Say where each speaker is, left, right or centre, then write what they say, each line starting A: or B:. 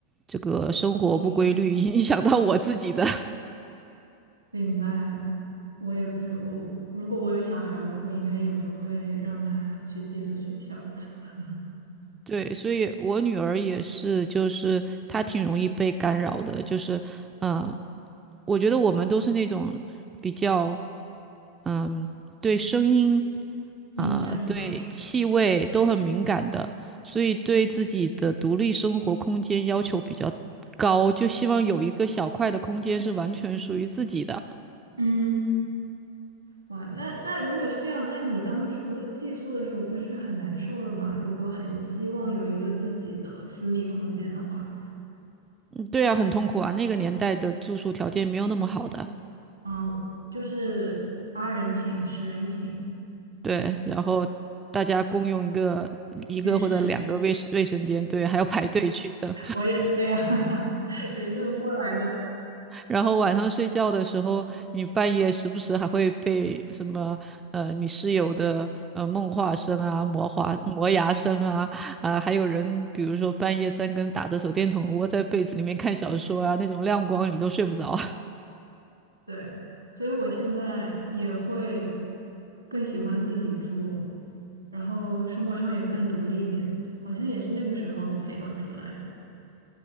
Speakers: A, on the right; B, on the right.
A: 这个生活不规律影响到我自己的，
B: 嗯，
A: <laughs>
B: 明白。我也不，我如果我有小孩，我我应该也不会让他去寄宿学校的，<laughs>
A: 对，所以我女儿也是，就是她挺容易被干扰的，就是呃，我觉得我们都是那种比较嗯、对声音
B: 敏感的。
A: 啊、呃对气味都很敏感的，所以对自己的独立生活空间要求比较高，就希望有一个小块的空间是完全属于自己的。
B: 嗯。哇，那那如果是这样，那你当初寄宿的时候不是很难受了吗？如果很希望有一个自己的私密空间的话，
A: 对啊，很痛苦啊。那个年代的住宿条件没有那么好的，
B: 嗯，就是八人寝、十人寝
A: 对。
B: 这样。
A: 然后大家共用一个一个或者两个卫卫生间，
B: 浴室，
A: 对，还要排队去等。
B: 我也是这样，<laughs> 也是这么过来的。
A: 然后晚上睡觉的时候，你半夜时不时还会被什么呃你室友的呃梦话声啊、磨滑磨牙声啊啊、还有人比如说半夜三更打着手电筒窝在被子里面看小说啊，那种亮光你都睡不着。<laughs>
B: 对，所以我现在也会更喜欢自己住，然后生活上也更独立一点，好像也是那个时候培养出来的